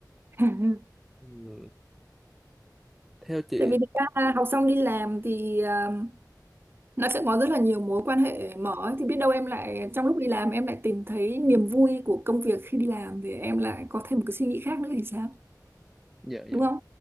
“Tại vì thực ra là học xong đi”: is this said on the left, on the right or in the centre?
Right